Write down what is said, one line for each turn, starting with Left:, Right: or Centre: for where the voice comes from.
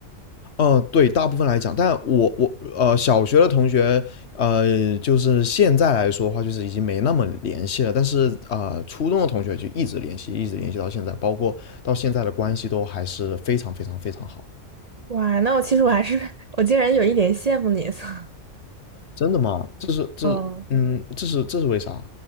Left: 嗯，呃对，大部分来讲，但我我呃，小学的同学，呃，就是现在来说的话，就是已经没那么联系了。但是啊、呃初中的同学就一直联系，一直联系到现在，包括到现在的关系都还是非常非常非常好。
Right: 哇，那我其实我还是 <laughs> 我竟然有一点羡慕你，<laughs> 所以
Left: 真的吗？这是这是嗯，
Right: 嗯
Left: 这是这是为啥？